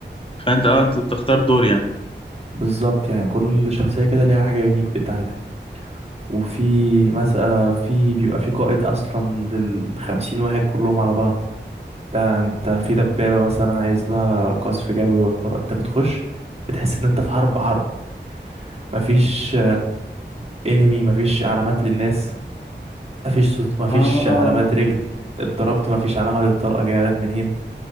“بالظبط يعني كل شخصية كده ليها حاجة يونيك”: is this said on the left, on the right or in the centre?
Right